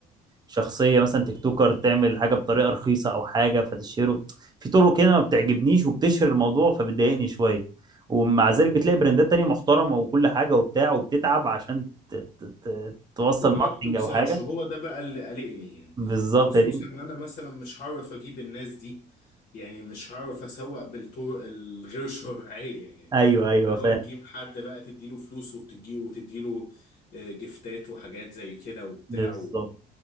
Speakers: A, on the right; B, on the left.
A: شخصية مثلا تيك توكر تعمل حاجة بطريقة رخيصة او حاجة فتشهره في طرق كده ما بتعجبنيش وبتشهر الموضوع فبتضايقني شوية ومع ذلك بتلاقي براندات تانية محترمة وكل حاجة وبتاع وبتتعب عشان ت- ت- ت- توصل
B: وما
A: ماركتنج
B: بتوصلش
A: او حاجة
B: هو ده بقى اللي قلقني يعني
A: بالظبط
B: خصوصا
A: يا دي
B: ان انا مثلا مش هعرف اجيب الناس دي يعني مش هعرف اسوق بالطرق الغير <laughs> شرعية يعني
A: ايوه ايوه
B: اللي هو
A: فاهم
B: تجيب حد بقى تديله فلوس وتديله وتديله آه، جفتات وحاجات زي كده وبتاع
A: بالظبط
B: و-